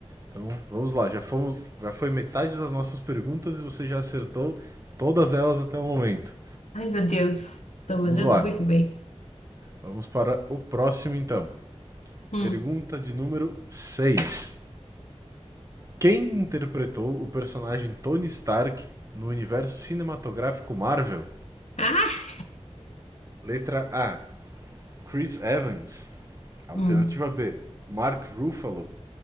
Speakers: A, on the right (about 30°); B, on the left (about 90°).
A: Então, vamos lá, já fomos, já foi metade das nossas perguntas e você já acertou todas elas até o momento.
B: Ai, meu Deus. Tô
A: Vamos
B: mandando
A: lá.
B: muito bem.
A: Vamos para o próximo então.
B: Hum.
A: Pergunta de número 6. Quem interpretou o personagem Tony Stark no universo cinematográfico Marvel?
B: Ah!
A: Letra A: Chris Evans. Alternativa
B: Hum,
A: B: Mark Ruffalo.